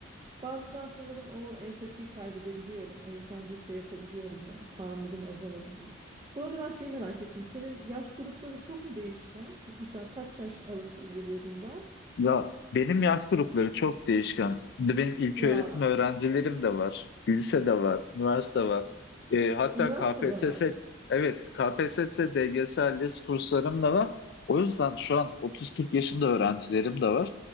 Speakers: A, on the right; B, on the left.
A: Bazen sanırım o empatiyi kaybedebiliyorum. O yüzden de şey yapabiliyorum ya, tahammülüm azalabiliyor. Bu arada ben şeyi merak ettim. Senin yaş grupları çok mu değişken? Mesela kaç yaş arası veriyordun ders?
B: Ya benim yaş grupları çok değişken. Şimdi benim ilköğretim
A: Ya,
B: öğrencilerim de var, lise de var, üniversite var. E, hatta
A: üniversitede
B: KPSS,
A: var.
B: evet KPSS, DGS, ALES kurslarım da var. O yüzden şu an 30-40 yaşında öğrencilerim de var.